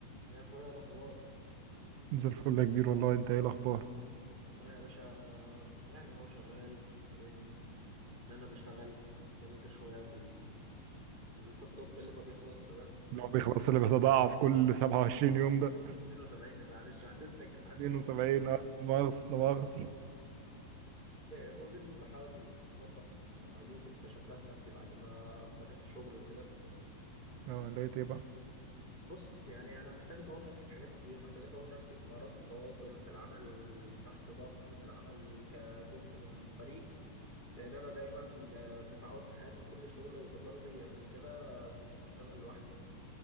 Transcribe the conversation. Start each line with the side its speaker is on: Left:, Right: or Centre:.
Left: يا اخويا إيه الاخبار
Right: زي الفل يا كبير والله انت ايه الاخبار
Left: والله يا باشا يعني هو شغال ما بين ان انا بشتغل وبذاكر شويه في ال... في الطب اللي ما بيخلصش ده
Right: اللي هو بيخلص اللي بيتضاعف كل 27 يوم ده
Left: 72 معلش بعد اذنك انت عايز
Right: 72
Left: تموت
Right: اه مؤاخذة لا مؤاخذة
Left: وما بين بحاول اظبط عيوب اكتشفتها في نفسي بعد ما بدات الشغل وكده
Right: اه لقيت ايه بقى
Left: بص يعني انا محتاج اطور نفسي في حاجات كتير محتاج اطور نفسي في مهارات التواصل في العمل تحت ضغط في العمل كجزء من فريق لان انا دايما آه، متعود في حياتي كل شغل وتجاربي قبل كده كنت بشتغل لوحدي